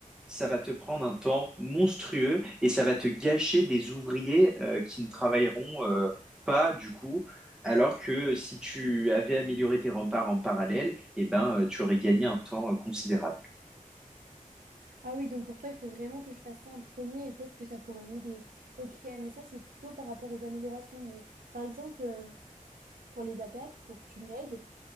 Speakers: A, in the centre; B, on the right.
A: ça va te prendre un temps monstrueux et ça va te gâcher des ouvriers euh, qui ne travailleront euh, pas du coup. Alors que si tu avais amélioré tes remparts en parallèle, eh ben, euh, tu aurais gagné un temps euh, considérable.
B: Ah oui, donc pour toi, il faut vraiment que je fasse ça en premier et peut-être que ça pourrait m'aider. Ok, mais ça, c'est plutôt par rapport aux améliorations. Mais par exemple, euh, pour les attaques, pour que tu m'aides,